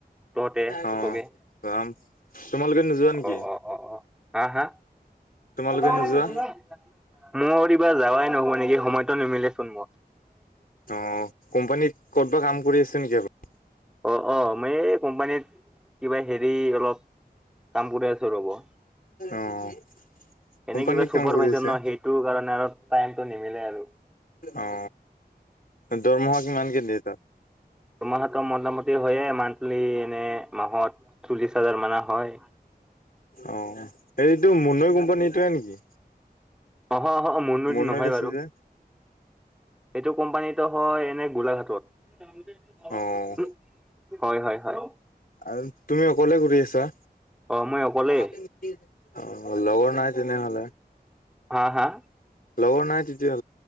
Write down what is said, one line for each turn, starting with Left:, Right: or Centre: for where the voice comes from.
Centre: তহতে
Left: অ',
Centre: চবেই
Left: যাম তোমালোকে নোযোৱা নেকি?
Centre: অ অ অ অ। হা হা।
Left: তোমালোকে
Centre: মোৰত
Left: নোযোৱা?
Centre: এইবা যাৱাই নহব নেকি সময়তো নিমিলে। শুন।
Left: অ কোম্পানীত ক'ত বা কাম কৰি আছে নেকি আপুনি?।
Centre: অ অ মই এই কোম্পানীত কিবা হেৰি অলপ কাম কৰি আছো।
Left: অ',
Centre: এনে
Left: কোম্পানীত
Centre: কিবা চুপাৰ
Left: কাম কৰি
Centre: পাইছে
Left: আছে?
Centre: ন সেইটো কাৰণে আৰু। টাইমটো। নিমিলে আৰু।
Left: অ দৰমহা কিমান কে দিয়ে তাত?।
Centre: দুমাহটো মোটামুটি হয়য়ে মান্থলি এনে মাহত চল্লিশ হাজাৰ মানৰ হয়।
Left: অ এইেটো মুনৈ কোম্পানীটোৱে নেকি?
Centre: অ মুনৈ
Left: মুনৈত
Centre: নহয়
Left: আছে
Centre: বাৰু
Left: যে
Centre: এইটো কোম্পানীত। হয় এনে গোলাঘাটত।
Left: অ',
Centre: হয় হয় হয়
Left: আৰু তুমি অকলে কৰি আছা?
Centre: অ', মই অকলেই।
Left: অ লগৰ নাই তেনেহলে।
Centre: হা হা।
Left: লগ লগৰ নাই তেতিতিয়া।